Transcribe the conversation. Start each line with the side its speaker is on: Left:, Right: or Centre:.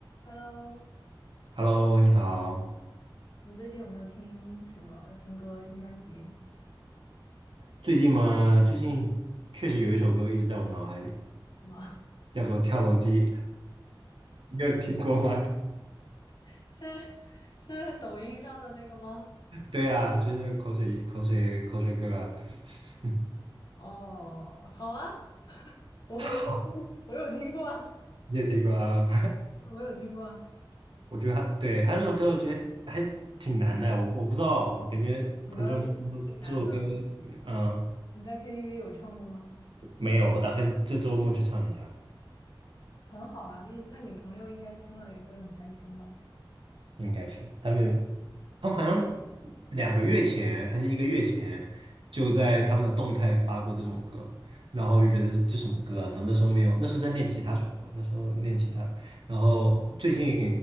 Left: Hello，
Right: Hello，你好。
Left: 你最近有没有听什么新歌、新专辑？
Right: 最近嘛，最近确实有一首歌一直在我脑海里，
Left: 嗯，是吗？
Right: 叫做《跳楼机》，你有听过吗？
Left: <laughs> 是是抖音上的那个吗？
Right: <laughs> 对啊，就是口水、口水、口水歌啊。<laughs>
Left: 哦，好啊，我我有
Right: 好，
Left: 我有听过啊，
Right: 你也听过啊？
Left: 我有听过啊，
Right: <laughs> 我觉得他对他这首歌，我觉得还挺难的。我我不知道，我感觉很多人都说这首歌，
Left: 什么挺难的？
Right: 嗯、
Left: 你在 KTV 有唱过吗？
Right: 没有。我打算这周末去唱一下。
Left: 很好啊，那那你朋友应该听了也会很开心吧？
Right: 应该是他们，他们好像两个月前还是一个月前，就在他们的动态发过这种歌，然后就觉得这这什么歌啊？然后那时候没有，那时候在练吉他首歌，那时候练吉他，然后最近